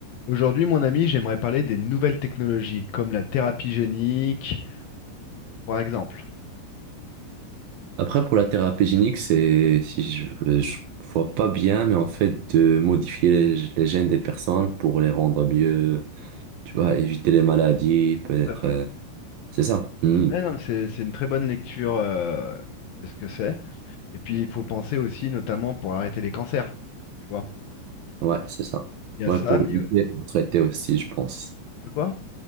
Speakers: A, on the left; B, on the right.
A: Aujourd'hui, mon ami, j'aimerais parler des nouvelles technologies, comme la thérapie génique, par exemple.
B: Après, pour la thérapie génique, c'est, si je, je vois pas bien, mais en fait, de modifier les, les gènes des personnes pour les rendre mieux, tu vois, éviter les maladies, peut-être,
A: Tout à fait.
B: euh, c'est ça. Hmm.
A: Eh non, c'est, c'est une très bonne lecture euh, de ce que c'est. Et puis, il faut penser aussi, notamment, pour arrêter les cancers. Tu vois,
B: Ouais, c'est ça.
A: il y a
B: Ouais,
A: ça,
B: pour
A: mais
B: éviter,
A: il y a-
B: pour traiter aussi, je pense.
A: de quoi?